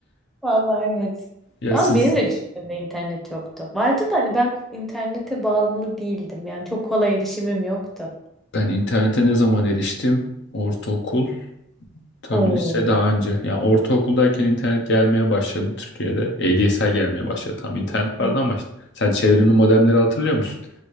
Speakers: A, in the centre; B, on the left.
A: Vallahi evet.
B: Ya
A: Ama
B: siz
A: benim de küçüklüğümde internet yoktu. Vardı da hani ben internete bağımlı değildim. Yani çok kolay erişimim yoktu.
B: ben internete ne zaman eriştim? Ortaokul, tabii
A: Oo.
B: lise daha önce. Yani ortaokuldayken internet gelmeye başladı Türkiye'de. ADSL gelmeye başladı. Tam internet
A: Evet.
B: vardı ama işte. Sen çevrimli modemleri hatırlıyor musun?